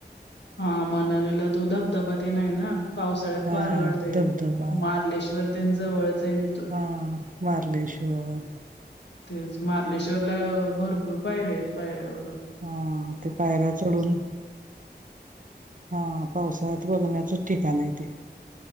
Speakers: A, on the left; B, on the right.
A: हां मनांलीला तो धबधबां तेन हांय नां पावसाळ्यांत
B: हा
A: भारी वाटतं तीत
B: धबधबा
A: मांत कलेश्वर तेनं जवळचं हांय की.
B: हां मारलेश्वर
A: तेचं मार्लेश्वरलां भरंपूर पायऱ्यां आहेत पायऱ्यांवरून
B: हां त्यां पायऱ्यां चढूंन हां पावसाळ्यांत बघण्यांचंच ठिकाणं आहे ते.